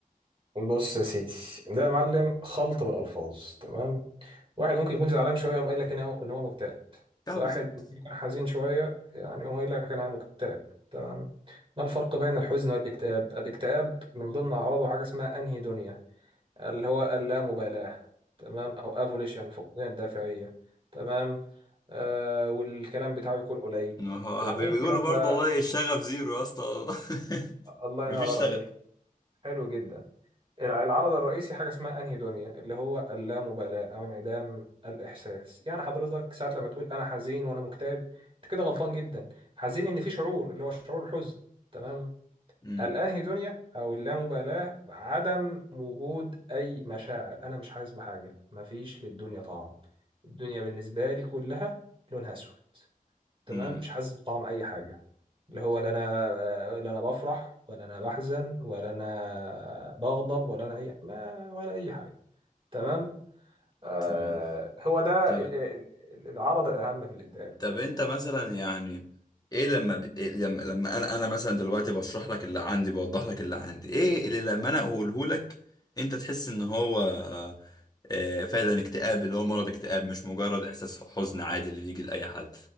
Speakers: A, on the right; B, on the left.
A: بص يا سيدي ده يا معلم خلط بالألفاظ تمام واحد ممكن يكون زعلان شوية يقوم قايل لك إن هو إن هو مكتئب
B: اه
A: واحد
B: بالظبط
A: ممكن يكون حزين شوية يعني يقوم قايل لك أنا مكتئب تمام ما الفرق بين الحزن والاكتئاب الاكتئاب من ضمن أعراضه حاجة اسمها أنهيدونيا اللي هو اللامبالاة تمام أو أفوليشن فقدان الدافعية تمام آه والكلام بتاعه يكون قليل
B: ما هو
A: يعني
B: بيقولوا
A: إيه الكلام
B: برضه
A: ده
B: والله الشغف زيرو يا اسطى والله. <laughs>
A: الله
B: مفيش
A: ينور
B: شغف
A: عليك حلو جدا العرض الرئيسي حاجة اسمها أنهيدونيا اللي هو اللامبالاة أو انعدام الإحساس يعني حضرتك ساعات لما تقول أنا حزين وأنا مكتئب أنت كده غلطان جدا حزين إن في شعور اللي هو شعور الحزن تمام
B: امم
A: الأنهيدونيا أو اللامبالاة عدم وجود أي مشاعر أنا مش حاسس بحاجة مفيش للدنيا طعم الدنيا بالنسبة لي كلها لونها أسود تمام
B: امم
A: مش حاسس بطعم اي حاجه اللي هو لا انا لا انا بفرح ولا انا بحزن ولا انا بغضب ولا انا اي ما ولا اي حاجه تمام آه
B: تمام
A: هو ده
B: طب
A: ال- ال- ال- العرض الاهم في الاكتئاب
B: طب
A: يعني
B: انت مثلا يعني ايه لما ب... إيه لما لما انا انا مثلا دلوقتي بشرح لك اللي عندي بوضح لك اللي عندي ايه اللي لما انا اقوله لك انت تحس ان هو آه، فعلا اكتئاب اللي هو مرض اكتئاب مش مجرد احساس حزن عادي اللي بيجي لاي حد